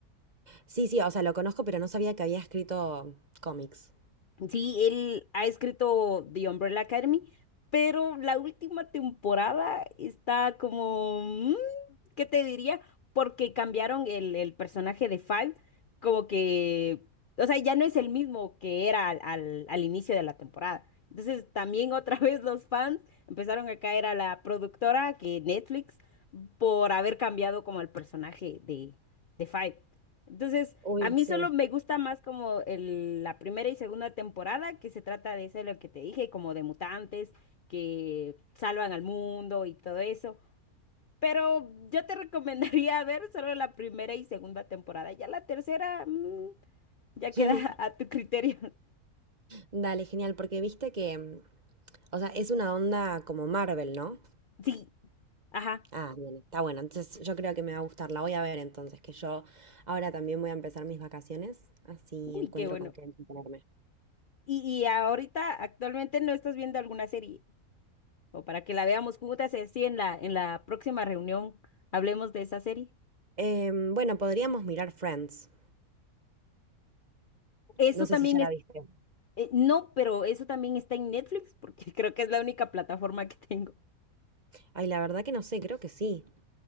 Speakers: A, on the right (about 30°); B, on the left (about 80°).
A: Sí, sí, o sea, lo conozco, pero no sabía que había escrito cómics.
B: Sí, él ha escrito The Umbrella Academy, pero la última temporada está como... mm, ¿Qué te diría? Porque cambiaron el, el personaje de Five, como que O sea, ya no es el mismo que era al, al- al inicio de la temporada. Entonces, también otra <laughs> vez los fans empezaron a caer a la productora, que Netflix, por haber cambiado como el personaje de, de Five. Entonces,
A: Uy,
B: a mí
A: sí.
B: solo me gusta más como el- la primera y segunda temporada, que se trata de eso, lo que te dije, como de mutantes que salvan al mundo y todo eso. Pero yo te recomendaría <laughs> ver solo la primera y segunda temporada. Ya la tercera. mm, ya queda
A: <laughs>
B: <laughs> a tu criterio. <laughs>
A: Dale, genial, porque viste que, mm, o sea, es una onda como Marvel, ¿no?
B: Sí, ajá.
A: Ah, bien, está bueno. Entonces yo creo que me va a gustar. La voy a ver entonces, que yo ahora también voy a empezar mis vacaciones, así
B: Uy,
A: encuentro
B: qué bueno.
A: con qué entretenerme.
B: Y, y ahorita, actualmente no estás viendo alguna serie. O para que la veamos juntas, eh, sí, en la, en la próxima reunión hablemos de esa serie.
A: Em, bueno, podríamos mirar Friends.
B: Eso
A: No sé
B: también
A: si ya
B: es,
A: la viste.
B: eh, no, pero eso también está en Netflix, porque <laughs> creo que es la única plataforma que tengo.
A: Ay, la verdad que no sé, creo que sí.